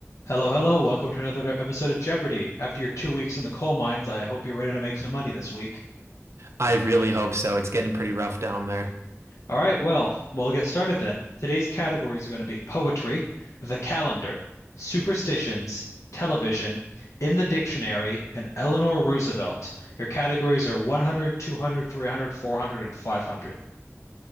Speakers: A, on the left (about 85°); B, on the right (about 65°).
A: Hello, hello. Welcome to another episode of Jeopardy! After your two weeks in the coal mines, I hope you're ready to make some money this week.
B: I really hope so. It's getting pretty rough down there.
A: All right, well, we'll get started then. Today's categories are going to be poetry, the calendar, superstitions, television, in the dictionary, and Eleanor Roosevelt. Your categories are one hundred, two hundred, three hundred, four hundred, and five hundred.